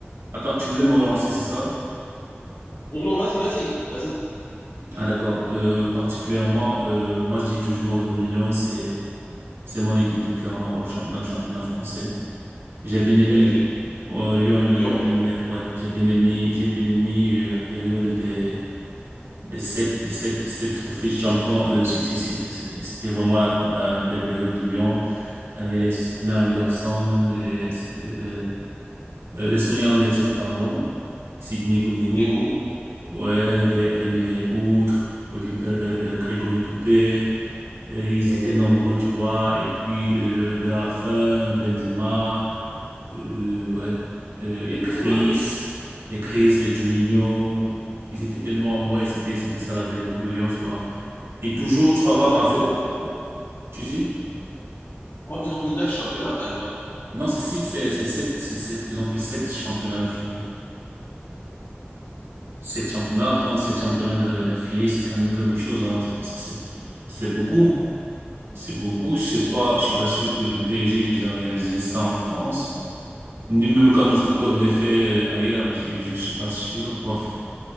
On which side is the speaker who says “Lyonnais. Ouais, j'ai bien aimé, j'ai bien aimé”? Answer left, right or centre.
Right